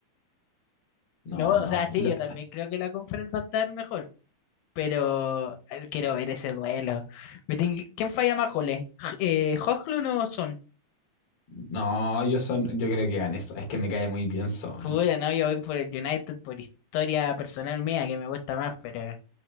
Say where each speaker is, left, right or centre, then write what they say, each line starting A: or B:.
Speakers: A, on the left (about 55°); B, on the left (about 80°).
A: No,
B: no,
A: no.
B: o sea, sí,
A: la-
B: yo también creo que la conferencia va a estar mejor, pero eh, quiero ver ese duelo. Me tin- ¿Quién falla más goles? J- Eh, ¿Hojlund o Son?
A: no, yo son, yo creo que ganan eso. Es que me cae muy bien Son.
B: Puta, no, yo voy por el United por historia personal mía que me gusta más, pero